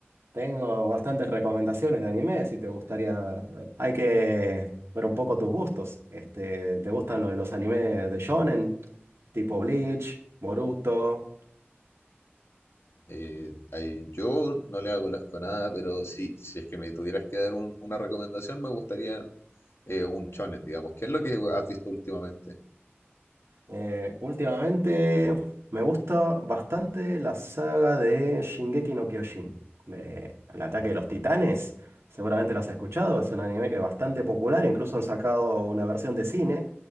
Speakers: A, on the right; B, on the left.
A: tengo bastantes recomendaciones de anime si te gustaría ver. Hay que ver un poco tus gustos. Este, ¿te gustan lo- los animes de shonen? Tipo Bleach, Boruto.
B: Eh, ahí- yo no le hago asco a nada, pero sí, si es que me tuvieras que dar un- una recomendación, me gustaría eh, un shonen, digamos. ¿Qué es lo que has visto últimamente?
A: Eh, últimamente me gusta bastante la saga de Shingeki no Kyojin, de El ataque de los titanes. Seguramente lo has escuchado, es un anime que es bastante popular, incluso han sacado una versión de cine,